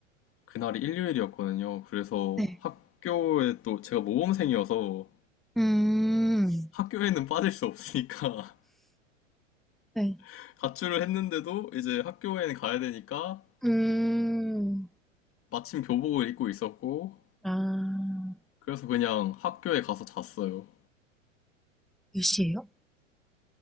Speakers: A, on the left (about 35°); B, in the centre.
A: 그날이 일요일이었거든요. 그래서
B: 네.
A: 학교에 또 제가 모범생이어서
B: 음,
A: 학교에는 빠질 수 없으니까
B: 네.
A: <laughs> 가출을 했는데도 이제 학교에는 가야 되니까
B: 음.
A: 마침 교복을 입고 있었고
B: 아,
A: 그래서 그냥 학교에 가서 잤어요.
B: 몇 시예요?